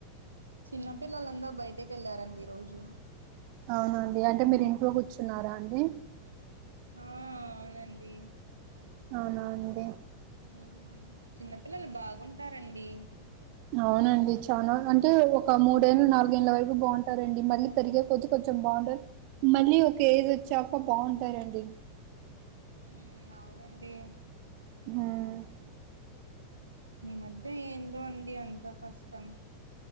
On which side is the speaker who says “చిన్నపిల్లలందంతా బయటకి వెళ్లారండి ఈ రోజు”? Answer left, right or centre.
Right